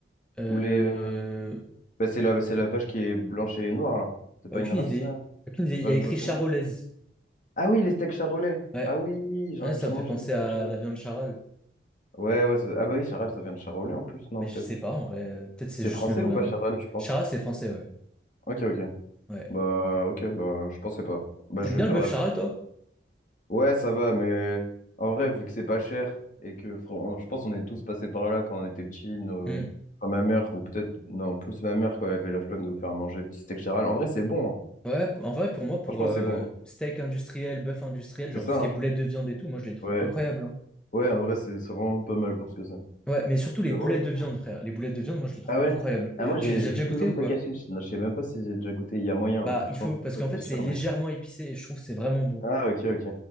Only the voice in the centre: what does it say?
Euh,
aucune
idée.
Aucune idée. Il
y a écrit
charolaise.
Ouais.
Ouais,
ça
me
fait penser
à
la viande charale.
Mais
je sais pas, en vrai. Peut-être c'est
juste
le nom
de la
marque.
Charale, c'est français, ouais.
Ouais.
T'aimes
bien
le bœuf
charale, toi?
Hmm.
Ouais, en vrai, pour moi, pour
euh,
steak industriel, bœuf industriel,
genre
tout ce qui
est boulettes de viande et tout, moi, je les trouve
incroyables. hein.
Ouais, mais surtout les
boulettes
de viande, frère. Les boulettes de viande, moi, je les trouve
incroyables. Et
Tu
les
as déjà
goûtées ou
pas?
Bah,
il
faut,
parce
qu'en
fait, c'est
légèrement
épicé et je trouve que c'est vraiment bon.